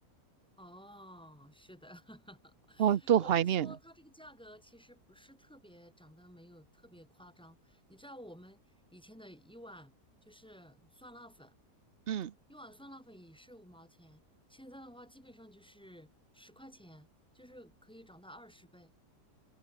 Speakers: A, in the centre; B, on the right (about 55°).
A: 哦，是的，<laughs>
B: 哇，多怀念。
A: 我就说它这个价格其实不是特别涨得没有特别夸张，你知道我们以前的一碗就是酸辣粉。
B: 嗯，
A: 一碗酸辣粉也是五毛钱，现在的话基本上就是十块钱，就是可以涨到二十倍，